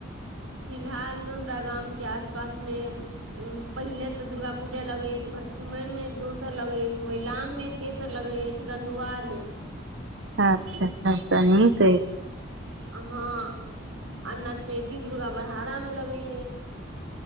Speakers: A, on the right; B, on the right.
A: फिलहालमे हमरा गामके आसपासमे पहिले तऽ दुर्गा पूजा लगे अछि भटसिमन मे दोसर लगे अछि महिलाम मे तेसर लगे अछि गंधुआर मे
B: अच्छा तब तऽ नीक अछि
A: अहॅं आ न चैती दुर्गा बड़हारा मे लगैय अछि